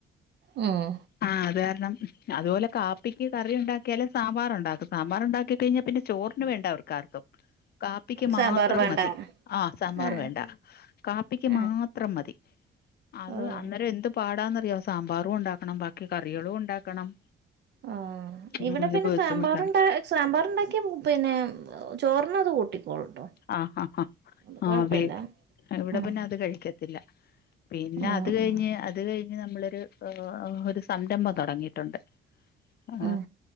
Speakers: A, on the right; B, on the left.
A: ഉംഹ്
B: ആഹ്, അത് കാരണം അതുപോലെ കാപ്പിക്ക് കറി ഉണ്ടാക്കിയാലേ സാമ്പാർ ഉണ്ടാക്കും. സാമ്പാർ ഉണ്ടാക്കി കഴിഞ്ഞാ പിന്നെ ചോറിന് വേണ്ട അവർക്കാർക്കും, കാപ്പിക്ക്
A: സാമ്പാർ
B: മാത്രം
A: വേണ്ട
B: മതി. ആഹ്, സാമ്പാർ
A: ആ
B: വേണ്ട. കാപ്പിക്ക്
A: ആ
B: മാത്രം മതി. അത്
A: ഓ
B: അന്നേരം എന്ത് പാടാന്നറിയ, സാമ്പാറും ഉണ്ടാക്കണം ബാക്കി കറികളും ഉണ്ടാക്കണം
A: ആഹ്,
B: ഉം
A: ഇവിടെ
B: ഒരു
A: പിന്നെ
B: ബുദ്ധിമുട്ടാണ്
A: സാമ്പാറ്ണ്ട സാമ്പാർണ്ടാക്കിയ പിന്നെ ചോറിന അത് കൂട്ടിക്കോളുട്ടോ
B: ആഹ് ആ ആ
A: അത്
B: ആഹ്
A: കൊഴപ്പല്ല
B: വീ ഇവിടെ
A: ഉം
B: പിന്നെ അത് കഴിക്കത്തില്ല. പിന്നെ
A: ഉം
B: അത് കഴിഞ്ഞ്, അത് കഴിഞ്ഞ് നമ്മളരു ഒരു സംരംഭം തൊടങ്ങിയിട്ടുണ്ട്. ആ
A: ഉം